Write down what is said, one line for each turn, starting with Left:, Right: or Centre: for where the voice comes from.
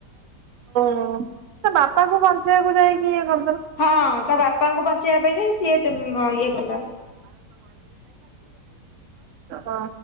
Right: ହୋ, ତା ବାପା କୁ ବଞ୍ଚେଇବାକୁ ଯାଇକି ହଁ।
Left: ହଁ ତା ବାପାଙ୍କୁ ବଞ୍ଚେଇବା ପାଇଁ ଯାଇ ସିଏ ଇଏ କଲା।
Right: ହଁ।